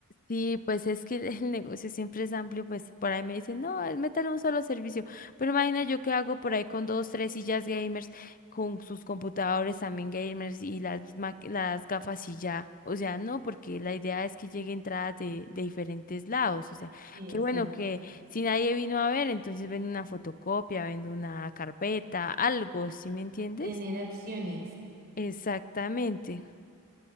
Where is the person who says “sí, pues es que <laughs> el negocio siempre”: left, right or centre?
Left